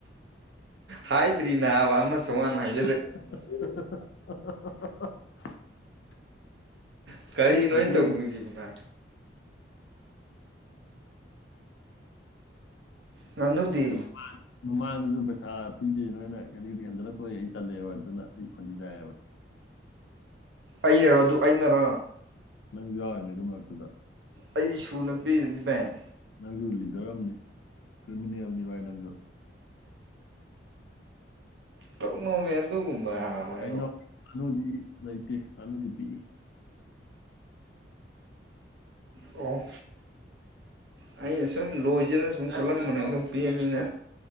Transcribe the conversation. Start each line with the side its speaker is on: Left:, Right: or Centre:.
Right: ꯍꯥꯏꯗ꯭ꯔꯤꯅꯦꯕ ꯑꯃꯁ ꯆ
Left: <inaudible>
Right: ꯎ ꯀꯔꯤ
Left: ꯃꯩꯇꯩ
Right: ꯅꯣꯏ ꯇꯧꯕꯤꯈꯤꯕꯅ ꯉꯅꯨꯗꯤ
Left: ꯅꯣꯏꯅ ꯃꯃꯥꯡꯗꯁꯨ ꯄꯩꯁꯥ ꯄꯤꯗꯦ ꯅꯣꯏꯅ ꯈꯗꯤꯒꯗꯤ ꯈꯟꯊꯅ ꯇꯣꯛꯑꯦ ꯑꯩ ꯇꯜꯂꯦꯕ ꯑꯗꯨꯅ ꯑꯩ ꯈꯣꯟꯊꯖꯥꯏꯑꯕ
Right: ꯑꯩꯅꯔ ꯑꯗꯨ ꯑꯩꯅꯔ
Left: ꯅꯪꯁꯨ ꯌꯥꯎꯔꯤꯅꯦ ꯑꯗꯨ ꯃꯔꯛꯇꯨꯗ
Right: ꯑꯩꯁꯤ ꯁꯨꯅ ꯄꯤꯔꯤꯗꯤ ꯕꯦꯡ
Left: ꯅꯪꯁꯨ ꯂꯤꯗꯔ ꯑꯃꯅꯤ ꯀ꯭ꯔꯤꯃꯤꯅꯦꯜꯅꯤꯚꯥꯏ ꯅꯪ
Right: ꯇꯣꯛꯅꯣꯝꯃꯦ ꯑꯗꯨꯒꯨꯝꯕ ꯃ
Left: ꯀꯩꯅꯣ ꯉꯥꯅꯨꯗꯤ ꯂꯩꯇꯦ ꯅꯂꯨꯗꯤ ꯄꯤꯛꯏ
Right: ꯑꯣ ꯑ ꯁꯨꯝ ꯂꯣꯖ ꯁꯨꯝ ꯈꯜꯂꯝꯕꯅꯦ ꯑꯗꯨꯝ ꯄꯤꯑꯃꯤꯅ